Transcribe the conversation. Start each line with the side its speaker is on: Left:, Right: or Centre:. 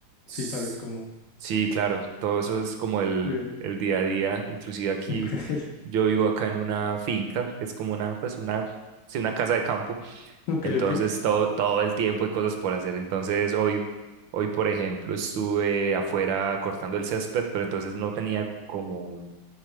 Right: S-
Left: si sabes cómo.
Right: Sí, claro, todo eso es como el,
Left: Eh,
Right: el día a día. Inclusive aquí,
Left: ok, <laughs>
Right: yo vivo acá en una finca, que es como una, pues una, sí, una casa de campo.
Left: ok,
Right: Entonces
Left: ok,
Right: todo, todo el tiempo hay cosas por hacer. Entonces hoy, hoy, por ejemplo, estuve afuera cortando el césped, pero entonces no tenía como